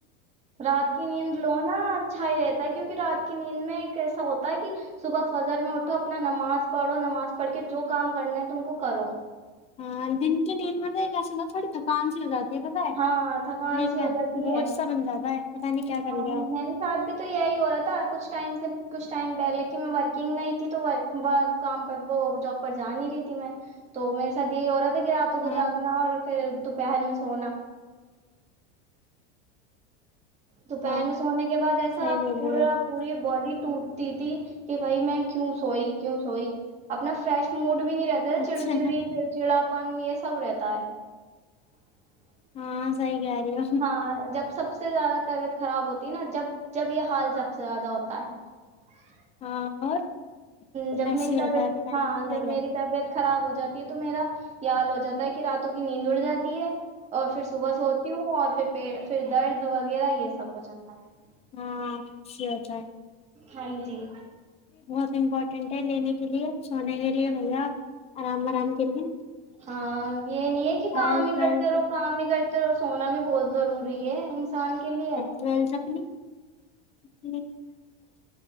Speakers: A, on the right; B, on the left.
A: رات کی نیند لو نا اچھا ہی رہتا ہے کیوںکہ رات کی نیند میں ایک ایسا ہوتا ہے کہ صبح فجر میں اٹھو اپنا نماز پڑھو نماز پڑھ کے جو کام کرنا ہے تم کو کرو
B: ہاں دن کے دیند مطل ایسا ہو تھوڑی تھکان سی ہو جاتی ہے پتہ ہے
A: ہاں تھکان
B: لیکن
A: سی ہو جاتی
B: بوجھ
A: ہے
B: سا بن جاتا ہے پتا نہیں کیا
A: ہاں
B: کر لیا
A: میرے
B: ہو۔
A: ساتھ بھی تو یہی ہو رہا تھا کچھ ٹائم سے کچھ ٹائم پہ لےن میں ورکنگ نہیں تھی تو کام پر وہ جاب پر جا نہیں رہی تھی میں تو میرے ساتھ یہی عورت کہ راتوں کو
B: ہاں
A: جاگنا اور پھر دوپہر میں سونا <inaudible> دوپہر
B: ہاں
A: میں سونے کے بعد ایسا
B: صحیح بول
A: پورا
B: رہے ہو
A: پوری باڈی ٹوٹ تھی کہ بھائی میں کیوں سوئی کیوں سوئی اپنا فریش موڈ بھی نہیں رہتا تھا
B: اچھا
A: چڑ چڑی چڑچڑا پن یہ سب رہتا <inaudible> تا <inaudible>
B: ہاں صحیح کہہ رہی ہو
A: ہاں جب سب سے زیادہ طبیعت خراب ہوتی نا جب جب یہ حال سب سے زیادہ ہوتا ہے
B: ہاں اور
A: جب
B: ایسے
A: میری
B: ہی
A: طبیعت
B: ہوتا ہے پتا
A: ہاں
B: نہیں کیا
A: جب
B: کر لیا۔
A: میری طبیعت خراب ہوتی جاتی ہے تو میرا یاال ہو جاتا ہے کہ راتوں کی نیند اڑ جاتی ہے اور پھر صبح سوتی ہوں اور پھر <unintelligible> پ پھر درد وغیرہ یہ سب ہو جاتا ہے <unintelligible>
B: ہاں <inaudible> اچ ہوتا ہے
A: ہاں جی
B: بہت امپورٹینٹ ہے لینے کے لیے <unintelligible> سونے کے لیے بھیا <unintelligible> آرام کے لیے
A: ہاں یہ نہیں ہے کہ کام
B: ہیلتھ
A: ہی کرتے
B: ویلتھ
A: رہو کام ہی کرتے <unintelligible> اور سونا بھی بہت ضروری <unintelligible> انسان کے لیے
B: ٹلتھ اپنی <inaudible> جی <inaudible>